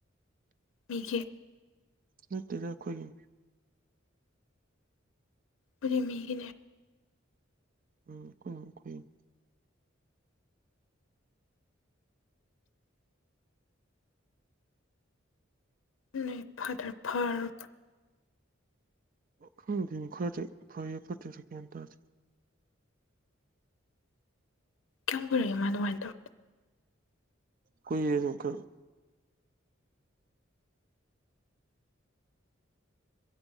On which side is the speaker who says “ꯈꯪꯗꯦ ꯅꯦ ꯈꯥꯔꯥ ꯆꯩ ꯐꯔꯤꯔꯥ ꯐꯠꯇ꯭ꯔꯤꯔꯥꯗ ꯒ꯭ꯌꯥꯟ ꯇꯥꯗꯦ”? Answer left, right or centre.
Right